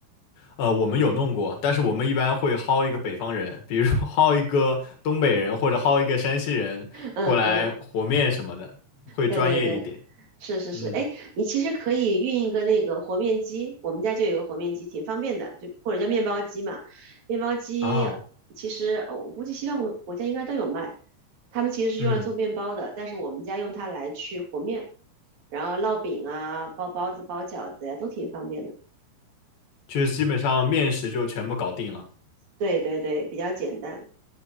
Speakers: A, on the left (about 65°); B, on the right (about 50°).
A: 呃，我们有弄过，但是我们一般会薅一个北方人，比如说 <laughs> 薅一个东北人或者薅一个山西人过来和面什么的，
B: 嗯嗯，
A: 会专业一点。
B: 对对对。是是是，
A: 嗯
B: 哎，你其实可以运一个那个和面机，我们家就有一个和面机，挺方便的，就或者叫面包机嘛。面包机其实呃我估计西方国国家应该都有卖，
A: 啊，
B: 他们其实是用来做面包的，
A: 嗯，
B: 但是我们家用它来去和面，然后烙饼啊、包包子、包饺子呀，都挺方便的。
A: 就是基本上面食就全部搞定了。
B: 对对对，比较简单，